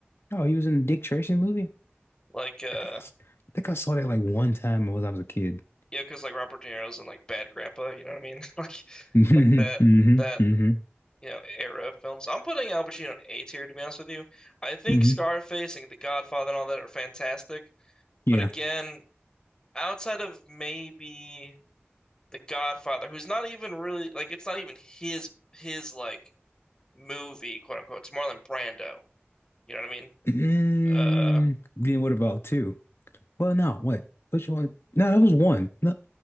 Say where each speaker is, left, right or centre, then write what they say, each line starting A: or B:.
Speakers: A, on the left; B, on the left.
A: Oh, he was in the Dick Tracy movie?
B: like uh,
A: I think I I think I saw that like one time when I was a kid.
B: yeah, because like Robert De Niro's in like Bad Grandpa, you know what I mean? <laughs> Like
A: <laughs>
B: like that
A: hmm hmm
B: that
A: hmm
B: you know era of films. I'm putting Al Pacino in A tier to be honest with you. I think
A: hmm
B: Scarface and The Godfather and all that are fantastic,
A: Yeah.
B: but again, outside of maybe. The Godfather, who's not even really like it's not even his his like movie, quote unquote. It's Marlon Brando. You know what I mean?
A: Mm,
B: Uh,
A: then what about two? Well, no, what? Which one? No, that was one. No,